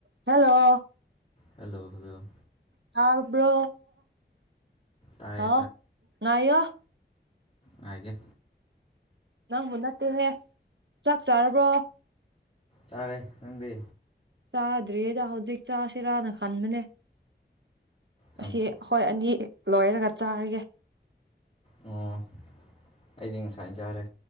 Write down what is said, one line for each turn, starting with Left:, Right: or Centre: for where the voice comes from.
Right: ꯍꯜꯂꯣ
Left: ꯍꯜꯂꯣ ꯍꯜꯂꯣ
Right: ꯇꯥꯕ꯭ꯔꯣ
Left: ꯇꯥꯏꯌꯦ
Right: ꯍꯥꯂꯣ ꯉꯥꯏꯌꯣ
Left: ꯍꯥꯏꯦ
Right: ꯅꯪꯕꯨ ꯅꯠꯇꯦꯍꯦ ꯆꯥꯛ ꯆꯥꯔꯕ꯭ꯔꯣ
Left: ꯇꯥꯔꯦ ꯅꯪꯗꯤ
Right: ꯆꯥꯗ꯭ꯔꯤꯌꯦꯗ ꯍꯧꯖꯤꯛ ꯆꯥꯁꯤꯔꯥꯅ ꯈꯟꯕꯅꯦ
Left: ꯌꯥꯝ
Right: ꯑꯁꯤ
Left: ꯊꯤ
Right: ꯍꯣꯏ ꯑꯅꯤ ꯂꯣꯏꯔꯒ ꯆꯥꯔꯒꯦ
Left: ꯑꯣ ꯑꯩꯗꯤ ꯉꯁꯥꯏ ꯆꯥꯔꯦ